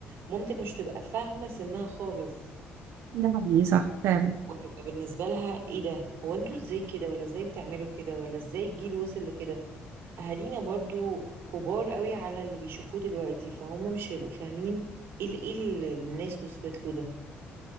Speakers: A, on the right; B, on the right.
A: مامتك مش تبقى فاهمة سنها خالص
B: ده حقيقي صح فعلا
A: وهيبقى بالنسبة لها ايه ده هو انتوا ازاي كده ولا ازاي بتعملوا كده ولا ازاي الجيل وصل لكده اهالينا برضو كبار قوي على اللي بيشوفوه دلوقتي فهم مش هيبقوا فاهمين ايه ال- ايه اللي الناس وصلت له